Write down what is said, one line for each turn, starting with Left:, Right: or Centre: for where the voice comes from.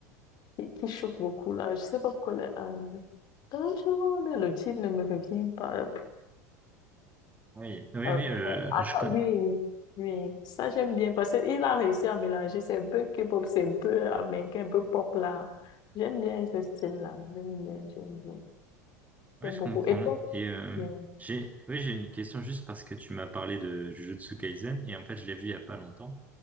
Left: qui, qui chauffe beaucoup là, je sais pas pourquoi le, euh, Don't you wanna- le titre ne me revient pas.
Right: Oui, oui,
Left: Euh,
Right: oui, euh,
Left: ouais, attends,
Right: je connais.
Left: oui, oui, oui. ça j'aime bien parce qu'il a réussi à mélanger, c'est un peu K-pop, c'est un peu américain, un peu pop là. J'aime bien ce style-là, j'aime bien, j'aime bien,
Right: Ouais,
Left: j'aime
Right: je
Left: beaucoup.
Right: comprends.
Left: Et toi,
Right: Et euh,
Left: euh,
Right: j'ai, oui, j'ai une question juste parce que tu m'as parlé de Jujutsu Kaisen et en fait, je l'ai vu il y a pas longtemps.